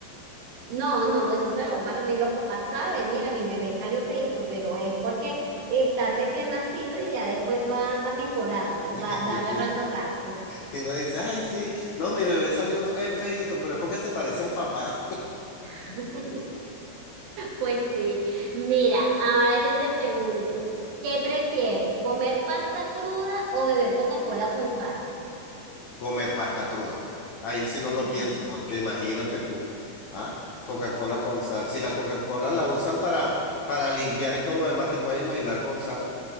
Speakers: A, on the right (about 65°); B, on the left (about 90°).
A: No, no, eso se lo guardan y los papás saben, mira, mi bebé salió feíto, pero es porque está recién nacido y ya después va, va mejorando,
B: <laughs>
A: va, va agarrando rasgos.
B: Si no dice, ay, sí, no, mi bebé salió fe- feíto, pero es porque se parece al papá.
A: <laughs> Pues sí, mira, ahora yo te pregunto, ¿qué prefieres, comer pasta cruda o beber Coca-Cola con sal?
B: Comer pasta cruda. Ahí sí
A: <laughs>
B: no lo pienso, porque imagínate tú, ¿ah? Coca-Cola con sal. Si la Coca-Cola la usan para, para limpiar y todo lo demás, te puedes imaginar con sal.